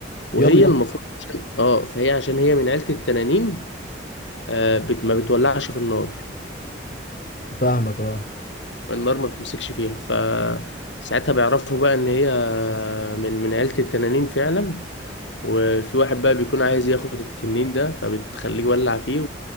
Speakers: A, on the left; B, on the left.
A: وهي
B: يلا
A: المفروض عشان اه فهي عشان هي من عيلة التنانين آه، بت- ما بتولعش في النار
B: فاهمك اه
A: النار ما بتمسكش فيها فساعتها بيعرفوا بقى ان هي من من عيلة التنانين فعلا وفي واحد بقى بيكون عايز ياخد التنين ده فبتخليه يولع فيه